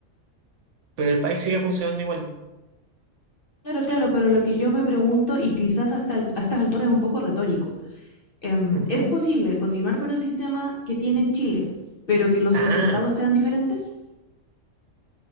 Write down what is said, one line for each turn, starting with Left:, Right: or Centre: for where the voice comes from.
Right: Pero el país sigue funcionando igual.
Left: Claro, claro, pero lo que yo me pregunto, y quizás hasta al- a estas alturas es un poco retórico, em,
Right: Ujú.
Left: ¿es posible continuar con el sistema que tiene Chile, pero que los
Right: Ah,
Left: resultados sean diferentes?